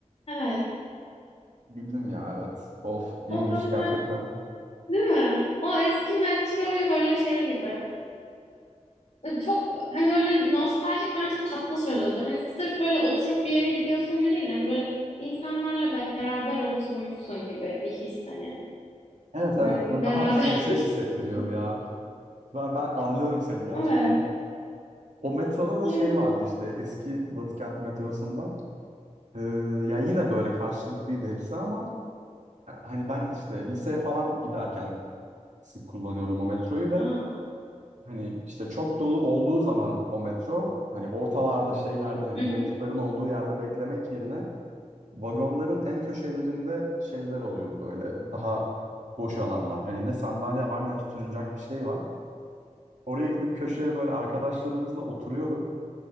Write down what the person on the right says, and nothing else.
Bildim ya evet. Of iyiymiş
gerçekten.
Evet
evet
böyle
daha sosyal hissettiriyordu
ya. Ben, ben anlıyorum seni gerçekten.
O metroda da
şey vardı işte eski Batıkent metrosunda. Ee, ya yine böyle karşılıklıydı hepsi ama ya hani ben işte liseye falan giderken sık kullanıyordum o metroyu
ve hani işte çok dolu olduğu zaman o metro hani ortalarda şeylerde hani
koltukların
olduğu yerde beklemek yerine vagonların en köşelerinde şeyler oluyordu böyle daha boş alanlar. Hani ne sandalye var ne tutunacak bir şey var. Oraya gidip köşeye böyle arkadaşlarımızla oturuyorduk.